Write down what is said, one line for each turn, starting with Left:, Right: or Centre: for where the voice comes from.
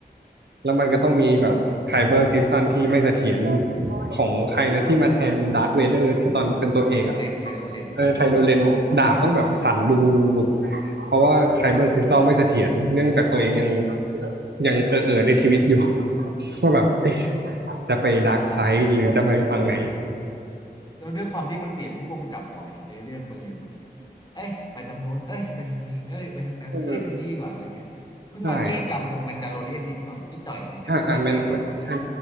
Right: แล้วมันก็ต้องมีแบบไคเบอร์คริสตัลที่ไม่เสถียรของใครนะที่มาแทนดาร์ธเวเดอร์ที่ตอนเป็นตัวเอกอ่ะ
Left: ไคโลเรนไคโลเรนไคโลเรน
Right: เออไคโรเลนดาบต้องแบบสั่นบูบูบุบ เพราะว่าไคเบอร์คริสตัลไม่เสถียรเนื่องจากตัวเองยัง
Left: เออ
Right: ยังเออเออในชีวิตอยู่ <laughs> ว่าแบบจะไปดาร์กไซด์หรือจะไปฟังไหน
Left: เออมันแล้วด้วยความที่มันเปลี่ยนผู้กำกับบ่อยในเรื่องมันเลยแบบเอ้ยไปทางโน้นเอ้ยไปทางนี้เอ้ยไปทางนั้นเอ้ยทางนี้ดีกว่าอะไรเงี้ยเพิ่งมาแก้กรรมตรงแมนดาโลเรียนนิดหน่อยนิดหน่อยจริงนะไม่ได้แก้กรรมหมดนะ
Right: เออใช่อ่าอ่าแมนใช่